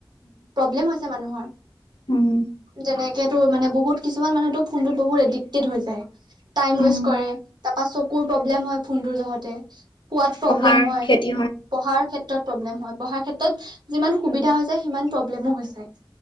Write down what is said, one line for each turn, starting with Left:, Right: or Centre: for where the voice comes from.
Right: প্ৰব্লেম হৈছে মানুহৰ
Left: উম
Right: যেনেকে তোৰ মানে বহুত কিছুমান মানুহেটো ফোনটোত বহুত এডিক্টেড হৈ যায় টাইম
Left: উম,
Right: ৱেষ্ট কৰে তাপা চকুৰ প্ৰব্লেম হয় ফোনটোৰ জহতে শুৱাত
Left: পঢ়াৰ
Right: প্ৰব্লেম হয়
Left: ক্ষতি
Right: পঢ়াৰ ক্ষেত্ৰত প্ৰব্লেম হয় পঢ়াৰ ক্ষেত্ৰত যিমান সুবিধা হৈছো সিমান প্ৰব্লেমো হৈছে